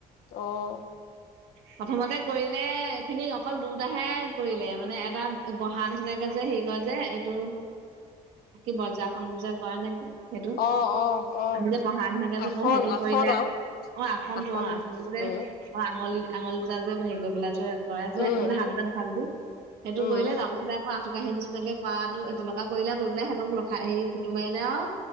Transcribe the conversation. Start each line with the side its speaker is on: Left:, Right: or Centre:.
Left: অ'।
Right: প্ৰথমতে কৰিলে এইখিনি অকল দুযটাহে কৰিলে মানে এটা বহা নিচিনাকে যে হেৰি কৰে যে এইটো কি বজাৰখন কৰে নেকি? সেইটো
Left: অ', অ', অ',
Right: আমি যে বহা ধুনাকে যে
Left: আসন
Right: কওঁ সেইটো
Left: আসন
Right: কৰিলে
Left: আৰু
Right: অ আসনটো
Left: আসন
Right: অ আসনটো যে
Left: উম,
Right: অ আঙুলি আঙল দুটা যে হেৰি গৈ পেলা যে কৰে যে
Left: উম,
Right: মে
Left: উম,
Right: হাত দুটা দুফাল দি সেইটো
Left: উম,
Right: কৰিলে তাৰপিছত আকৌ <unintelligible> আহি নিচিনাকে কৰাটো তেনেকুৱা কৰিলে কৰিব পেলাই সিহঁতক ৰখা হেৰি ফটো মাৰিলে আৰু